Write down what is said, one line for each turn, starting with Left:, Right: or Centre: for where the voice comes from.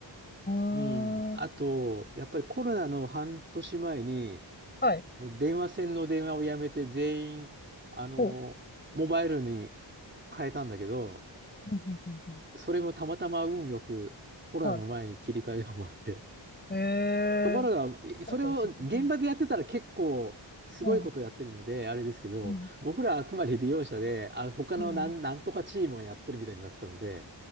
Left: うーん。
Right: うん。あと、やっぱりコロナの半年前に、
Left: はい。
Right: あの電話線の電話をやめて全員、あの、
Left: ほう。
Right: モバイルに変えたんだけど、
Left: うん、うん、うん、うん。
Right: それもたまたま運よくコロナの前に切り替えが終わって。
Left: はい。へえー。
Right: ところが、いそれを現場でやってたら結構すごいことやってるので、
Left: あとですね。うん。うん。
Right: あれですけど、
Left: うん。
Right: 僕らはあくまで利用者で、あ、他のなん、
Left: う
Right: なんとかチームがやってるみたいになってたので、